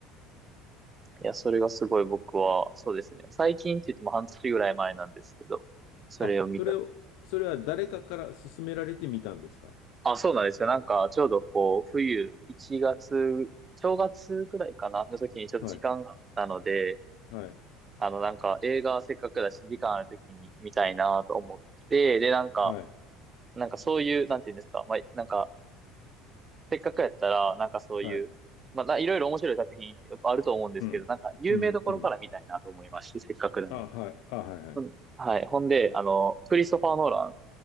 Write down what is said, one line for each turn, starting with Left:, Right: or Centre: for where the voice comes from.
Right: いや、それがすごい僕は、そうですね。最近って言っても半年ぐらい前なんですけど、それを見た。
Left: あ、それを、それは誰かから勧められてみたんですか
Right: あ、そうなんですよ。なんかちょうどこう冬、1月、正月くらいかな、の時にちょっと時間があったので、
Left: はい、はい、
Right: あの、なんか映画せっかくだし、時間あるときに見たいなと思って、で、なんか、
Left: はい、
Right: なんかそういう、なんていうんですか、まあ、なんか、せっかくやったら、なんかそういう、
Left: はい。
Right: まあ、ないろいろ面白い作品あると思うんですけど、
Left: うん、
Right: なんか、有名どころから見たいなと思いまして、
Left: うん、うん。
Right: せっかくなら。
Left: あ、はい、あ、はい、はい。
Right: うんはい。ほんで、あの、クリストファー・ノーラン